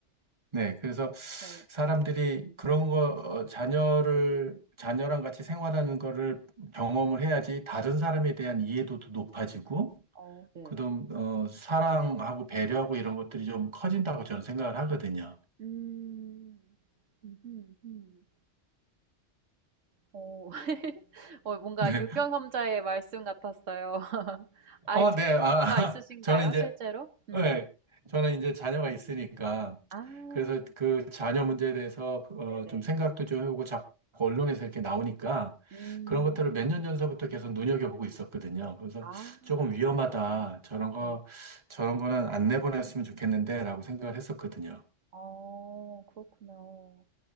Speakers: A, on the right; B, on the right.
A: 네. 그래서
B: 네.
A: 사람들이 그런 거, 어, 자녀를, 자녀랑 같이 생활하는 거를 경험을 해야지 다른 사람에 대한 이해도도 높아지고,
B: 어 네.
A: 그다음, 어, 사랑하고 배려하고 이런 것들이 좀 커진다고 저는 생각을 하거든요.
B: 음. 음 음. 어. <laughs> 어 뭔가
A: 네.
B: 유경험자의 말씀 같았어요. <laughs> 아이
A: 어, 네. 아,
B: 자녀가
A: <laughs>
B: 있으신가요?
A: 저는 이제
B: 실제로? 음.
A: 네, 저는 이제 자녀가 있으니까
B: 아
A: 그래서 그 자녀 문제에 대해서 어,
B: 네네.
A: 좀 생각도 좀 해보고 자꾸 언론에서 이렇게 나오니까
B: 음.
A: 그런 것들을 몇 년 전서부터 계속 눈여겨보고 있었거든요. 그래서
B: 아
A: 조금 위험하다. 저런 거,
B: 네.
A: 저런 거는 안 내보냈으면 좋겠는데라고 생각을 했었거든요.
B: 어 그렇군요.